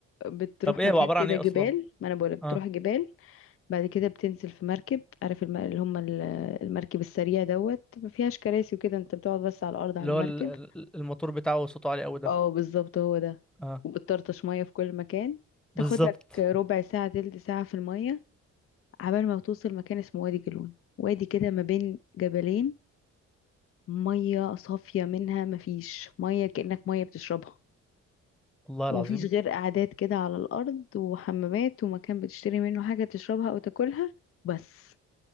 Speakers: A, on the left; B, in the centre.
A: بتروح
B: <laughs> طب ايه
A: مكان
B: هو عبارة
A: كده
B: عن ايه
A: جبال
B: اصلا
A: ما انا بقولك بتروح
B: اه
A: جبال بعد كده بتنزل في مركب عارف الم... اللي هم ال- المركب السريع دوت ما فيهاش كراسي وكده انت بتقعد بس على الارض على
B: اللي
A: المركب
B: هو ال- ال- الموتور بتاعه صوته عالي قوي ده
A: اه بالظبط هو ده
B: اه
A: وبتطرطش ميه في كل مكان تاخد
B: بالظبط
A: لك ربع ساعه تلت ساعه في الميه عبال ما توصل مكان اسمه وادي جالون وادي كده ما بين جبلين ميه صافيه منها ما فيش ميه كأنك ميه بتشربها
B: والله
A: ومفيش
B: العظيم
A: غير قعدات كده على الأرض وحمامات ومكان بتشتري منه حاجة تشربها أو تاكلها بس